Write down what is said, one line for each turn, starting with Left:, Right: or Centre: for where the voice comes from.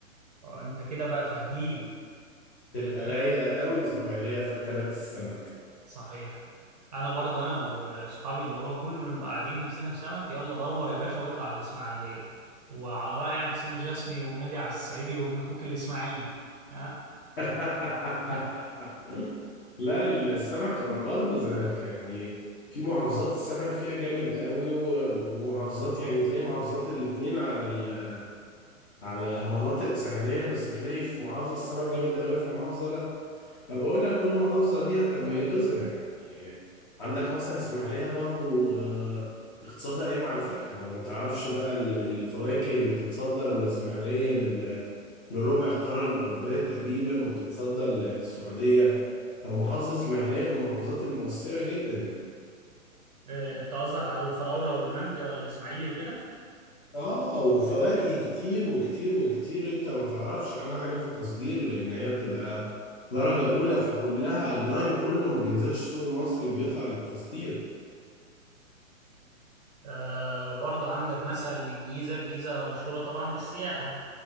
Right: آه، انت كده بقى فهيم
Left: تبقى
Right: آه،
Left: رايقه قوي اسماعيليه في اكلات السمك
Right: صحيح انا برضه انا واصحابي اللي هو كل ما نبقى قاعدين نفسنا في سمك يلا دور يا باشا واطلع على الاسماعيلية وعلى رأي يعني حسين الجسمي ومنادي على الصعيدي وابن اخوك الاسماعيلي ها
Left: <laughs>
Right: <laughs>
Left: لا السمك برضه زيك يعني في محافظات السمك فيها جامد قوي و- ومحافظات يعني تلاقي محافظات الاتنين على ال... على مناطق ساحليه بس تلاقي في محافظه السمك جامد قوي في محافظه لا فبقول لك كل محافظة ليها تميزها يعني عندك مثلا اسماعيلية برضو آه، اقتصادها قايم على الفاكهة لو متعرفش بقى ال- الفواكه اللي بتتصدر من اسماعيلية لل- لربع القارة الأوروبية تقريبا وبتتصدر للسعودية فمحافظة اسماعيلية من المحافظات المؤثرة جدا يعني
Right: آه، انت قصدك على الفراولة والمانجا والاسماعيلي وكده؟
Left: اه وفواكه كتير وكتير وكتير انت ما تعرفش عنها حاجة في التصدير لأن هي بتبقى درجة أولى فكلها اللاين كله ما بينزلش السوق المصري بيطلع للتصدير
Right: آه برضو عندك مثلا الجيزة الجيزة مشهورة طبعا بالسياحة